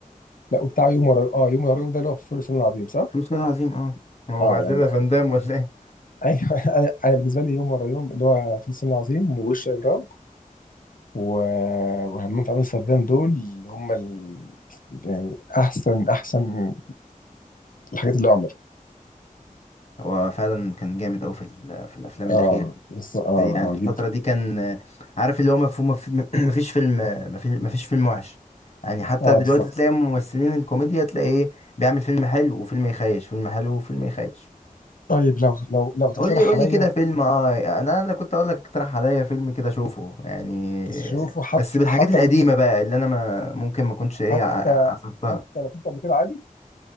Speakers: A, on the left (about 70°); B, on the left (about 50°).
A: لا وبتاع يوم ورا يوم اه يوم ورا يوم ده اللي هو في فول الصين العظيم صح؟
B: فلوس العظيم اه هو
A: اه
B: بعت
A: يعني
B: لنا فان دام ولا ايه
A: ايوه <laughs> انا انا بالنسبه لي يوم ورا يوم اللي هو فول الصين العظيم ووش اجرام و... وهمام في عمل السردان دول اللي هم ال... يعني احسن احسن الحاجات اللي هو عملها
B: هو فعلا كان جامد اوي في ال- في الافلام الاخيرة
A: اه بس اه
B: يعني في
A: اه
B: الفترة
A: جدا
B: دي كان عارف اللي هو مفهوم مفيش <clears throat> فيلم مفيش مفيش فيلم وحش يعني حتى
A: اه
B: دلوقتي
A: بالظبط
B: تلاقي ممثلين الكوميديا تلاقي ايه بيعمل فيلم حلو وفيلم يخيش فيلم حلو وفيلم يخيش
A: طيب لو لو لو تقترح
B: قول لي قول
A: عليا
B: لي كده فيلم اه انا انا كنت اقول لك اقترح عليا فيلم كده اشوفه يعني
A: تشوفه حتى
B: بس بالحاجات
A: حتى
B: القديمة
A: لو
B: بقى اللي انا ما ممكن ما كنتش ايه
A: حتى
B: ع- عصرتها
A: حتى لو شفت قبل كده عادي